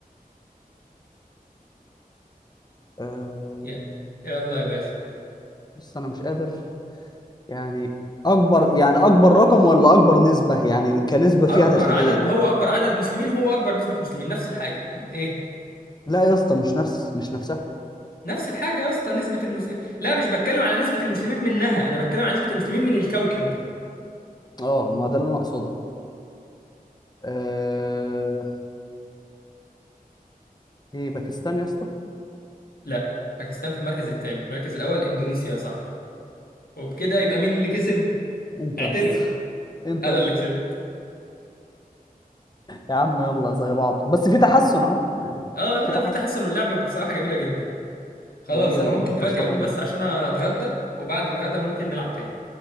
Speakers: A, on the left (about 25°); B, on the left (about 75°).
A: أه...
B: ي- يلا يا باشا
A: بص انا مش قادر يعني اكبر يعني اكبر رقم ولا اكبر نسبه يعني كنسبه فيها
B: اكبر
A: داخليا
B: عدد ما هو اكبر عدد مسلمين هو اكبر نسبة مسلمين نفس الحاجة م- ايه
A: لا يا اسطى مش نفس مش نفسها
B: نفس الحاجة يا اسطى نسبة المسلمين لا مش بتكلم على نسبة المسلمين منها أنا بتكلم على نسبة المسلمين من الكوكب
A: اه ما ده اللي انا اقصده أه... ايه باكستان يا اسطى
B: لا باكستان في المركز الثاني المركز الأول إندونيسيا يا صاحبي وبكده يبقى مين اللي كسب؟
A: انت
B: اعترف
A: يا اسطى انت
B: أنا
A: يا اسطى
B: اللي كسبت
A: يا عم يلا زي بعض بس في تحسن اهو يعني
B: <laughs> اه لا
A: في تحسن
B: في تحسن واللعبة بصراحة جميلة جدا خلاص
A: جميلة
B: أنا
A: جدا
B: ممكن
A: طرشمون
B: دلوقتي أقوم بس
A: لسه
B: عشان أتغدى وبعد الغدا ممكن نلعب تاني